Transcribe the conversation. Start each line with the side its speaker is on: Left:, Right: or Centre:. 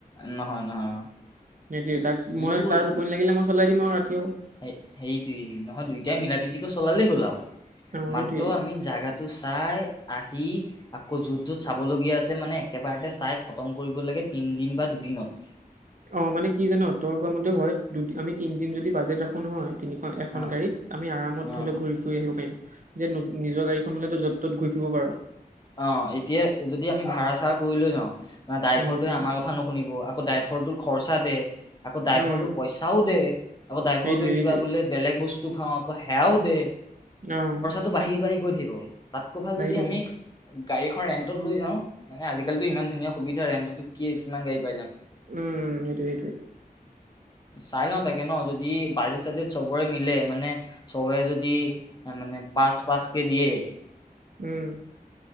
Left: নহয় নহয় অ
Right: সেইটোৱে
Left: সি
Right: তাক
Left: সিটো
Right: মই তাৰ টোপনি লাগিলে মই চলাই দিম আৰু ৰাতি আৰু।
Left: সেইটোৱেই, নহয় দুইটাই মিলা-প্ৰীতিকৈ চলালেই হ'ল আৰু।
Right: অ
Left: মাত্ৰ
Right: সেইটোৱে
Left: আমি- জেগাটো চাই আহি আকৌ য'ত-য'ত চাবলগীয়া আছে মানে একেবাৰতে চাই- খতম কৰিব লাগে তিনদিন বা দুদিনত।
Right: অঁ', মানে কি জান, তই কোৱা মতে হয় দুই আমি তিনিদিন যদি বাজেট ৰাখো নহয়- তিনিখন, এখন
Left: অ
Right: গাড়ীত আমি আৰামত
Left: অ
Right: ধৰি লওঁ ঘূৰি-ফূৰি আহিব পাৰিম। সেইটো নিজৰ গাড়ীখন হ'লে তোৰ যত-ত'ত ঘূৰি ফুৰিব পাৰো।
Left: অঁহ', এতিয়া যদি আমি ভাড়া-চাৰা কৰি লৈ যাওঁ বা
Right: উম
Left: ড্ৰাইভাৰটোৱে
Right: উম
Left: আমাৰ কথা নুশুনিব। আকৌ ড্ৰাইভৰটোৰ খৰচা দে, আকৌ ড্ৰাইভৰটো
Right: উম
Left: পইচাও দে, আকৌ ড্ৰাইভাৰটোৱে
Right: সেইটোৱে
Left: কিবা
Right: সেইটোৱে
Left: বোলে- বেলেগ বস্তু খাওঁ আকৌ সেয়াও দে।
Right: অঁহ।
Left: টো বাঢ়ি-বাঢ়ি গৈ থাকিব, তা'তকৈ ভাল যদি
Right: থাকে
Left: আমি গাড়ীখন ৰেণ্টত লৈ যাওঁ, মানে আজিকালিটো ইমান ধুনীয়া সুবিধা ৰেন্টতো কি কিমান গাড়ী পাই যাম।
Right: উমঁ, সেইটো-সেইটো।
Left: চাই লওঁ তাকে ন' যদি বাজেট-চাজেট চবৰে মিলে মানে- চবেই যদি মানে পাঁচ-পাঁচ কে দিয়ে
Right: উমঁ।